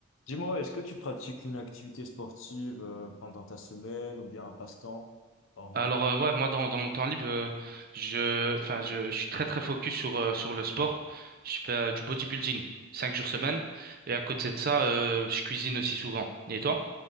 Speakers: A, on the left; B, on the right.
A: Dis-moi, est-ce que tu pratiques une activité sportive euh, pendant ta semaine ou bien un passe-temps hormis...
B: Alors euh, ouais moi dans, dans mon temps libre euh, je enfin je, je suis très très focus sur euh, sur le sport je fais euh, du bodybuilding cinq jours semaine et à côté de ça euh, je cuisine aussi souvent et toi?